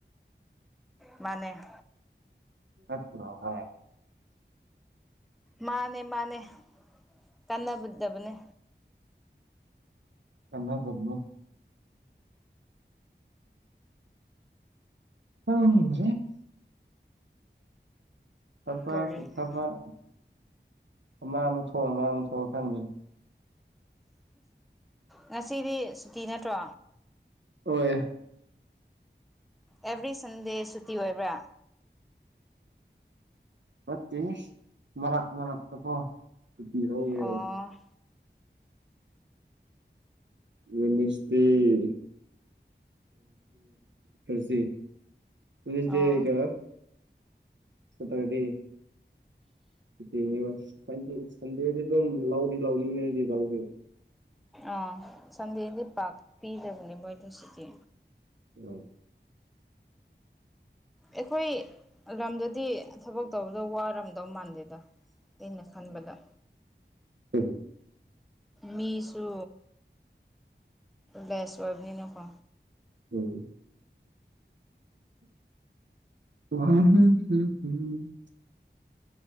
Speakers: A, in the centre; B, on the right.
A: ꯃꯥꯅꯦ
B: ꯑꯠꯇ꯭ꯔꯣ ꯍ
A: ꯃꯥꯅꯦ ꯃꯥꯅꯦ ꯀꯥꯟꯅꯗꯕꯅꯦ
B: ꯀꯅꯥꯗꯕꯅꯦ ꯎꯝ ꯊꯕꯛꯄꯨ
A: ꯀꯔꯤꯅꯣ
B: ꯊꯕꯛ ꯑꯃ ꯑꯃꯨꯛ ꯊꯣꯛꯑ ꯑꯃ ꯑꯃꯨꯛ ꯊꯣꯛꯑ UNINTELLIGIBLE
A: ꯉꯁꯤꯗꯤ ꯁꯨꯇꯤ ꯅꯠꯇ꯭ꯔꯣ
B: ꯍꯣꯏ
A: ꯑꯦꯕ꯭ꯔꯤ ꯁꯟꯗꯦ ꯁꯨꯇꯤ ꯑꯣꯏꯕ꯭ꯔꯥ
B: ꯅꯠꯇꯦ ꯃꯔꯛ ꯃꯔꯛꯇꯀꯣ ꯁꯨꯇꯤ ꯂꯧꯎꯋꯦ
A: ꯑꯣ
B: ꯋꯥꯏꯅꯔꯗꯦ ꯊꯔꯁꯗꯦ ꯋꯥꯏꯅꯔꯗꯦꯒ
A: ꯑꯣ
B: ꯁꯇꯔꯗꯦ ꯁꯨꯇꯤꯅꯩꯕ ꯁꯟꯗꯦꯗꯤ ꯑꯗꯨꯝ ꯂꯥꯎꯗꯤ ꯂꯥꯎꯅꯤꯡꯉꯗꯤ ꯂꯥꯎꯗ
A: ꯑ ꯁꯟꯗꯦꯗꯤ ꯄꯥꯛ ꯄꯤꯗꯕꯅꯦ ꯃꫭꯏ ꯑꯗꫭ ꯁꯨꯇꯤ
B: ꯎꯝ
A: ꯑꯩꯈꯣꯏ ꯂꯝꯗꯗꯤ ꯊꯕꯛ ꯇꯧꯕꯗꯣ ꯋꯥꯔꯝꯗꯧ ꯃꯥꯟꯗꯦꯗ ꯑꯩꯅ ꯈꯟꯕꯗ
B: ꯎꯝ
A: ꯃꯤꯁꯨ ꯂꯦꯁ ꯑꯣꯏꯕꯅꯤꯅꯀꯣ
B: ꯎꯝ ꯍꯝꯝ